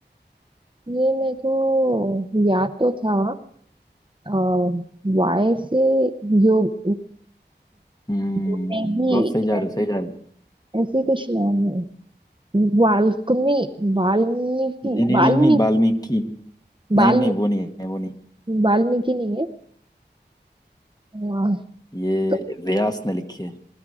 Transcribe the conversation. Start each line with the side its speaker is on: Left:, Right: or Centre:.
Right: ये मेरे को याद तो था अ, वाय से योग
Left: हम्म,
Right: योग में ही
Left: बहुत सही जा
Right: ऐ-
Left: रहे हो सही जा रहे हो
Right: ऐसे कुछ नाम है वाल्मीकि वाल्मीकि
Left: नहीं नहीं
Right: वाल्मीकि
Left: नहीं नहीं वाल्मीकि नहीं
Right: वाल्मीकि
Left: नहीं वो नहीं है वो नहीं
Right: वाल्मीकि नहीं है वाह,
Left: ये
Right: तो
Left: व्यास ने लिखी है